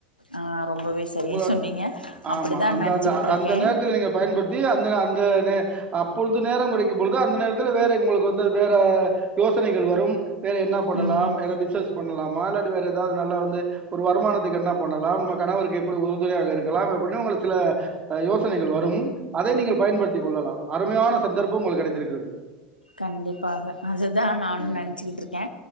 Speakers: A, on the left (about 90°); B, on the right (about 25°).
A: ஆ ரொம்பவே சரியா
B: உங்க
A: சொன்னீங்க அப்டிதா
B: ஆமா அந்தந்த
A: நெனச்சிக்கிட்டு
B: அந்த
A: இருக்கே
B: நேர்த்ல நீங்க பயன்பட் தி அந்த அந்த நே அப்பொழுது நேரோ கெடைக்கு பொழுது அந்த நேரத்தில் வேற உங்கள்க்கு வந்து வேற யோசனைகள் வரும் வேறு என்னா பண்ணலாம்
A: ம்
B: வேற பிஸ்னஸ் பண்லாமா இல்லாட்டி வேற எதாவ்து நல்லா வந்து ஒரு வருமானத்துக்கு என்ன பண்ணலாம் நம்ம கணவருக்கு எப்புடி உறுதுணையாக இருக்கலா அப்டினு உங்களுக் சில அ யோசனைகள் வரும் அதை நீங்கள் பயன்படுத்திக் கொள்ளலாம் அருமையான சந்தர்ப்பம் உங்களுக் கெடைத்திருக்கறது
A: கண்டிப்பாக அதுதா நானு
B: ம்,
A: நென்ச்சிக்கிட்ருக்கே